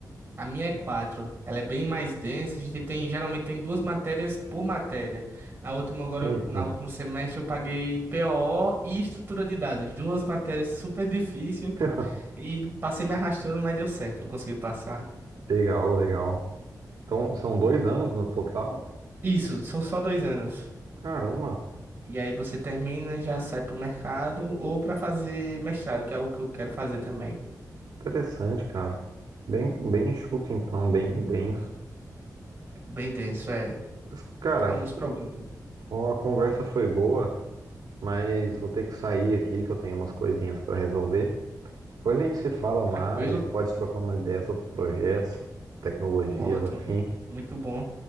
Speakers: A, on the right; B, on the right.
A: A minha é quatro. Ela é bem mais densa. A gente tem, geralmente tem duas matérias por matéria. Na última agora, eu-
B: Eita.
A: na último semestre eu paguei POO e estrutura de dados. Duas matérias super difíceis
B: <laughs>
A: e passei me arrastando, mas deu certo. Eu consegui passar.
B: Legal, legal. Então, são dois anos no total?
A: Isso, são só dois anos.
B: Caramba,
A: E aí você termina, já sai pro mercado ou para fazer mestrado, que é algo que eu quero fazer também.
B: interessante, cara. Bem, bem enxuto, então, bem denso.
A: Bem denso, é.
B: Mas, cara,
A: É um
B: fo-
A: dos problemas.
B: a conversa foi boa, mas vou ter que sair aqui que eu tenho umas coisinhas para resolver. Depois a gente se fala mais,
A: Tranquilo?
B: pode trocar uma ideia sobre projetos, tecnologias,
A: Ótimo.
B: afim.
A: Muito bom.